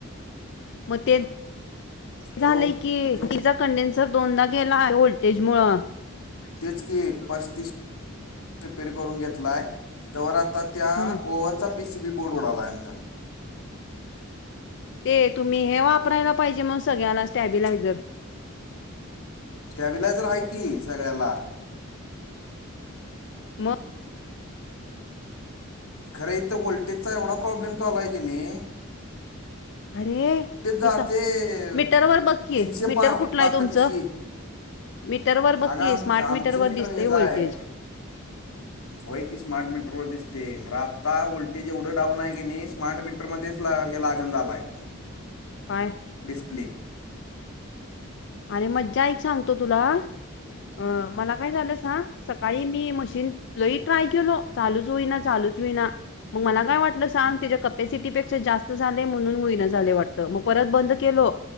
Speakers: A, on the left (about 55°); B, on the left (about 85°).
A: मंग ते झालंय
B: तो
A: की
B: तो
A: कंडेन्सर दोनदा गेलां हायं व्होल्टेज मुळं
B: तेचं की पस्तीस रिपेरी करूंन घेतलांय तंवर आंता. त्यां
A: हम्म
B: ओव्हनचा पी सी बी बोर्डवर आंला आमच्या.
A: ते तुम्हीं हे वापरांयला पाहिजे मंग सगळ्यांना स्टॅबिलायझर.
B: स्टॅबिलायझर आहे की सगळ्यांला.
A: मंग.
B: खरं इथं वोल्टेजचा एवढां प्रॉब्लेम तो आंला आहे की नाहीं.
A: अरे
B: जाते
A: मी सांग मीटरवरर बघकी
B: तीनशे
A: मीटर
B: पार
A: कुठलं
B: बाकादिशी
A: आहे तुमचं? मीटरवर बघकी
B: अगं आमचं
A: स्मार्ट
B: आमचं
A: मीटरवर
B: मीटर
A: दिसतेय
B: ह्याचं
A: व्होल्टेज
B: आहे होय की स्मार्ट मीटर वर दिसते खरं आत्ता व्होल्टेज एवढं डाऊन आहे की नाही स्मार्ट मीटर मध्येच ला हे लागन झालाय
A: काय
B: डीसप्ले
A: अरे मज्जा ऐक सांगतो तुला अ मला काय झालं सांग सकाळी मी मशीन लई ट्राय केलो चालूच होईना, चालूच होईना मग मला काय वाटलं सांग तिच्या कपॅसिटीपेक्षा जास्त झाले म्हणून होईना झाले वाटत मग परत बंद केलो